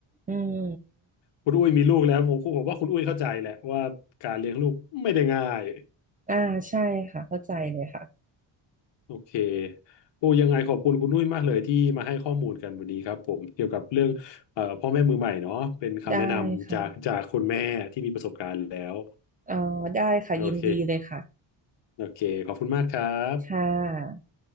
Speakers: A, on the right (about 20°); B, on the left (about 65°).
A: อืม
B: คุณอุ้ยมีลูกแล้วผมผมว่าคุณอุ้ยเข้าใจแหละว่าการเลี้ยงลูกไม่ได้ง่าย
A: อ่าใช่ค่ะเข้าใจเลยค่ะ
B: โอเคโอ้ยังไงขอบคุณคุณนุ้ยมากเลยที่มาให้ข้อมูลกันวันนี้ครับผมเกี่ยวกับเรื่องเอ่อพ่อแม่มือใหม่เนาะเป็นคำแนะนำจากจากคุณแม่ที่มีประสบการณ์แล้ว
A: ได้ค่ะอ๋อได้ค่ะยินดีเลยค่ะ
B: โอเค โอเค ขอบคุณมากครับ
A: ค่ะ